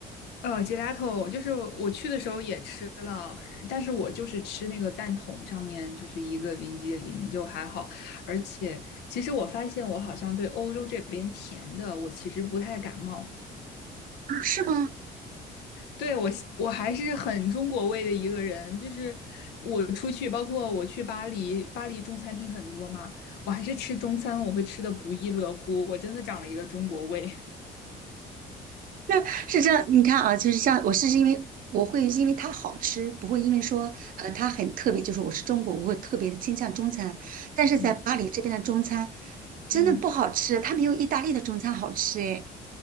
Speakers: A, on the left; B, on the right.
A: 呃，gelato 就是我去的时候也吃了，但是我就是吃那个蛋筒上面就是一个冰激凌，就还好。而且其实我发现我好像对欧洲这边甜的我其实不太感冒。
B: 是吗？
A: 对，我我还是很中国味的一个人，就是我出去，包括我去巴黎，巴黎中餐厅很多嘛，我还是吃中餐，我会吃的不亦乐乎，我真的长了一个中国胃。
B: 那是这样，你看啊，就是像我是因为我会因为它好吃，不会因为说呃它很特别，就是我是中国，我会特别的倾向中餐。但是在巴黎这边的中餐
A: 嗯
B: 真的不好吃，
A: 嗯
B: 它没有意大利的中餐好吃诶。